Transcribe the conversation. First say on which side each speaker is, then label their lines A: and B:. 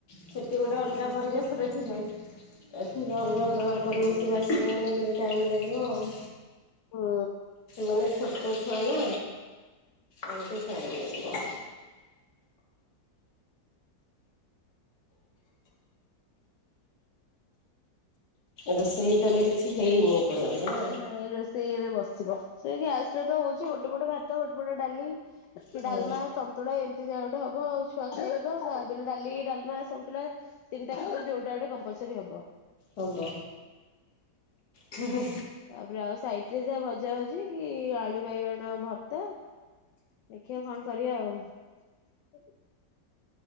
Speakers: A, on the left; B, on the left.
A: ସେଠି ଗୋଟେ ଅଲଗା ପରିବେଶରେ ଥିଲେ ଏଠିକି ଅଲଗା ପରିବେଶ ଆସିଲା ମାନେ ଟିକିଏ ଟାଇମ୍ ଲାଗିବ ଆ
B: ହୁଁ।
A: ମାନେ ଛୋଟ ଛୁଆ ନା ମତେ ଟାଇମ୍ ଲାଗିବ। ରୋଷେଇଇ ତାହଲେ କିଛି ହେଇନି? <unintelligible>
B: ନାଁ ଏଇ ରୋଷେଇ ଏବେ ବସିବ। ସେ ଗ୍ୟାସ ରେ ତ ହଉଛି ଗୋଟେ ପଟ ଭାତ ଗୋଟେ ପଟ ଡାଲି
A: ହଁ
B: ଡାଲମା। ପତୁଳା ଏମିତିା ଗଟେ ହବ ଆଉ ଛୁଆ ଖାଇବେ ତ ଡାଲି ଡାମା ସୁ ତିନଟା ଯୋଉଟା ଗୋେ କମ୍ପଲରି ହବ।
A: ହବ ହୁ ହୁ।
B: ତାପରେ ଆଉ ସାଇଟ ରେ ଯାହା ଭଜା ହଉଛି କି ଆଳୁ ବାଇଗଣ ଭର୍ତ୍ତା। ଦେଖିବା କଣ କରିବା ଆଉ? ହୁଁ।